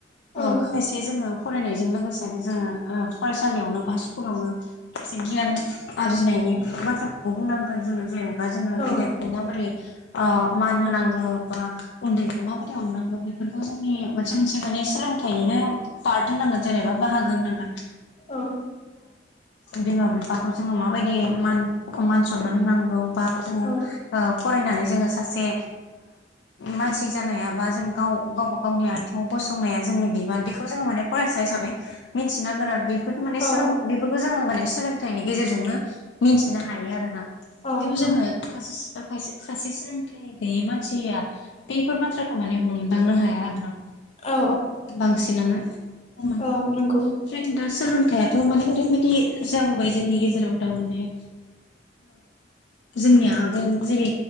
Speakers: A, on the left; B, on the left.
A: अ
B: औ
A: खायसे जोङो फरायनायजों लोगोसेनो जोङो फरायसालियावनो बा स्कुलावनो एसे गियान आरजिनायनि बाथ्राखौबो बुंनांगोन जोङो जेनेबा जोङो
B: औ
A: गेदेर मान होनांगौ बा उन्दैखौ माबोरै अननांगोन बेफोरखौ जोंनि मोनसे एसे माने सोलोंथाइनिनो पार्ट होनांगोन जेनेबा बाहागो होनांगोन
B: औ औ
A: बिमा बिफाखौ जोङो माबायदि मान मान सनमान होनांगौ बा जोङो
B: औ
A: ओ फरायनानै जोङो सासे मानसि जानायाबा जों गाव गावबा गावनि आथिङाव गसंनाया जोंनि बिबान बेखौ जोङो माने फरायसा हिसाबै मिन्थिनांगोन आरो बे बेथ' माने
B: औ
A: सोलों बेफोरखौ जोङो माने सोलोंथाइनि गेजेरजोंनो मिथिनो हायो आरोना
B: औ
A: बिदियाव जोङो दा खाय खायसे सोलोंथाइ गैयै मानसिया बेफोर बाथ्राखौ माने हमदांनो हाया आरोना
B: औ
A: बांसिनानो बेनिफ्राय
B: औ नंगौ
A: दा सोलोंथायाइ थ' माने ओरैबायदि जाबोबाय जोंनि गेजेराव दा माने जोंनिया आगोल जेरै